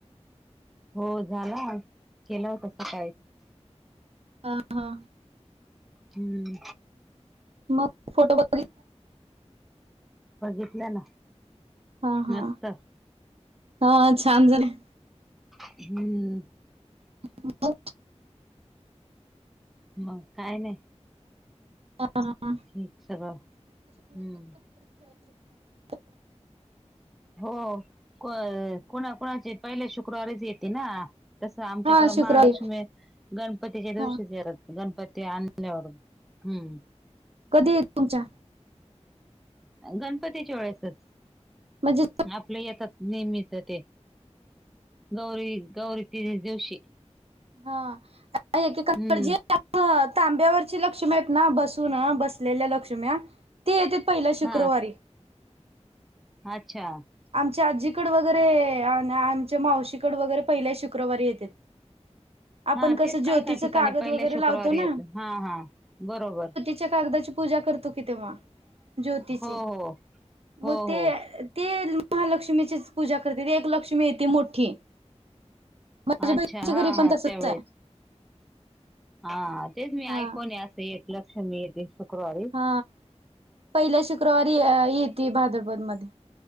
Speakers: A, in the centre; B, on the right.
A: हो झाला,, केलं होता सकाळी
B: हा हा.
A: हम्म.
B: मग फोटो बघ
A: बघितले ना.
B: हा हा,,
A: मस्त
B: हा छान झाले.
A: हम्म्म.
B: <unintelligible>
A: मग काय नाही.
B: ह हा
A: ठीक सगळं हम्म
B: <unintelligible>
A: हो,, कोणाकोणाचे पहिल्या शुक्रवारीच येते ना. तसं आमच्याकडं
B: हा शुक्रवारी
A: महालक्ष्मी, गणपतीच्या
B: हा
A: दिवशी येतात. गणपती आणल्यावर, हम्म.
B: कधी ये तुमच्या?
A: गणपतीच्या वेळेसच,,
B: म्हणजे
A: आपल्या येतात नेहमीच ते,, गौरी गौरी येती त्या दिवशी.
B: हा, काय एकेकाकडं
A: हम्म
B: जे तांब्यावरची लक्ष्मी आहेत ना, बसून बसलेल्या लक्ष्म्या ते येतय पहिल्या शुक्रवारी.
A: हा अच्छा.
B: आमच्या आजीकडं वगैरे आणि आमच्या मावशीकडं वगैरे पहिल्या शुक्रवारी येतेत. आपण
A: हा
B: कसं
A: तेच
B: ज्योतीचं
A: कायी काही ठिकाणी
B: कागद
A: पहिल्या
B: वगैरे
A: शुक्रवारी
B: लावतो ना
A: येतं,, हा हा बरोबर.
B: च्या कागदाची पूजा करतो की तेव्हा,, ज्योतीची,
A: हो हो
B: मग
A: हो
B: ते
A: हो
B: ते महालक्ष्मीचीच पूजा करते ते एक लक्ष्मी ये ती मोठी. माझ्या
A: अच्छा
B: बहिणीच्या
A: हा
B: घरी पण
A: हा
B: तसंच
A: त्यावेळेस
B: आहे.
A: हा तेच मी ऐकुन
B: हा
A: ये असं एक लक्ष्मी येते शुक्रवारी.
B: हा पहिल्या शुक्रवारी येते भाद्रपद मधे.